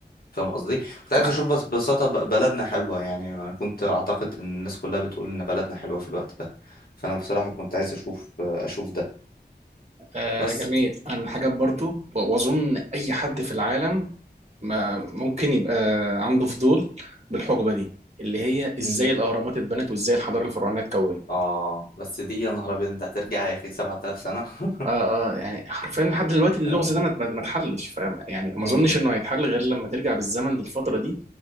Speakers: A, on the left; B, on the right.
A: فاهم قصدي؟ كنت
B: فاهم
A: عايز اشوف بس ببساطة ب- بلدنا حلوة يعني انا كنت اعتقد ان الناس كلها بتقول ان بلدنا حلوة في الوقت ده فانا بصراحة كنت عايز اشوف اشوف ده
B: آه
A: بس
B: جميل انا من الحاجات برضو و- واظن اي حد في العالم ما ممكن يبقى عنده فضول بالحقبه دي اللي هي ازاي
A: مم.
B: الاهرامات اتبنت وازاي الحضاره الفرعونيه اتكونت
A: اه بس دي يا نهار ابيض انت هترجع يا اخي 7000 سنة <laughs>
B: اه اه يعني حرفيا لحد دلوقتي اللغز
A: اه
B: ده ما ما- ما اتحلش فاهم يعني ما
A: امم
B: اظنش انه هيتحل غير لما ترجع بالزمن للفتره دي